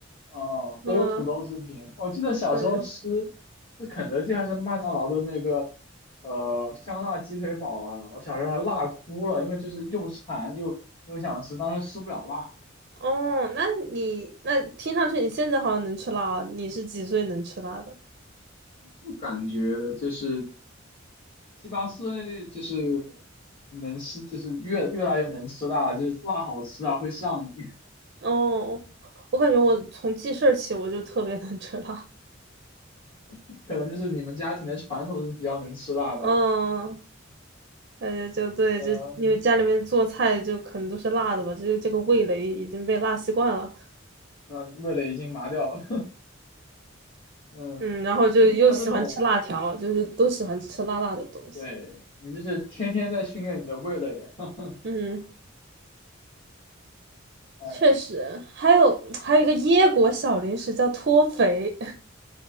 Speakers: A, on the left (about 30°); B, on the right (about 55°).
A: 哦，
B: 嗯，
A: 都是土豆制品。我记得小时候吃
B: 对，
A: 是肯德基还是麦当劳的那个呃香辣鸡腿堡啊，我小时候还辣哭了，因为就是又馋又又想吃，当时吃不了辣，
B: 哦，那你那听上去你现在好像能吃辣啊，你是几岁能吃辣的？
A: 就感觉就是七八岁就是能吃，就是越越来越能吃辣了，就是辣好吃啊，会上瘾。
B: 哦，我感觉我从记事儿起我就特别能吃辣，
A: <laughs> 可能就是你们家庭的传统是比较能吃辣吧。
B: 嗯。呃，就对，
A: 呃，
B: 就因为家里面做菜就可能都是辣的吧，
A: 嗯
B: 就是这个味蕾已经被辣习惯了。
A: 呃，味蕾已经麻掉了。<laughs> 嗯，
B: 嗯，然后就又喜欢吃辣条，
A: 你就没有那种。
B: 就是都喜欢吃辣辣的东西。
A: 对，你这是天天在训练你的味蕾。<laughs>
B: 嗯，
A: 哎，
B: 确实，还有还有一个椰果小零食叫脱肥，